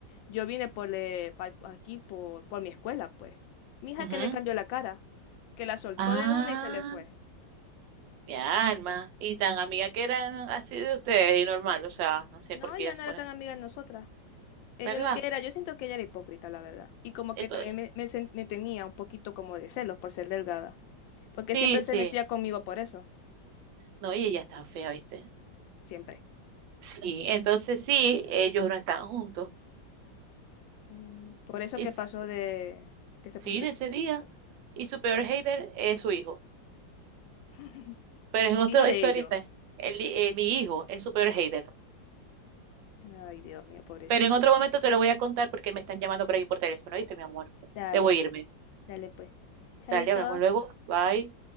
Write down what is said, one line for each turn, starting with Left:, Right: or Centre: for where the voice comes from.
Left: yo vine por, le- pa- aquí por, por mi escuela, pues. Mi hija
Right: ujú.
Left: que le cambió la cara, que la soltó
Right: Ah.
Left: de una y se le fue.
Right: Mi alma. Y tan amiga que eran así de ustedes y normal, o sea, no sé
Left: No,
Right: por qué
Left: ella
Right: ella
Left: no
Right: se
Left: era
Right: pone
Left: tan
Right: así.
Left: amiga de nosotras. Ella
Right: ¿Verdad?
Left: lo que era, yo siento que ella era hipócrita, la verdad. Y como
Right: Esto,
Left: que también me, me sen- me tenía un poquito como de celos por ser delgada. Porque
Right: sí,
Left: siempre se
Right: sí.
Left: metía conmigo por eso,
Right: No, y ella está fea, ¿viste?
Left: siempre.
Right: Sí, entonces sí, ellos no están juntos.
Left: Mm, Por eso
Right: Y
Left: que
Right: s-
Left: pasó de que se
Right: sí,
Left: puso violenta.
Right: de ese día. Y su peor hater es su hijo.
Left: <laughs>
Right: Pero en
Left: el
Right: otra
Left: hijo de
Right: historia,
Left: ellos.
Right: el, eh, mi hijo es su peor hater.
Left: Ay, Dios mío, pobrecito.
Right: Pero en otro momento te lo voy a contar porque me están llamando por ahí por teléfono, ¿viste, mi amor?
Left: Dale,
Right: Debo irme.
Left: dale pues. Chaito.
Right: Dale, hablamos luego. Bye.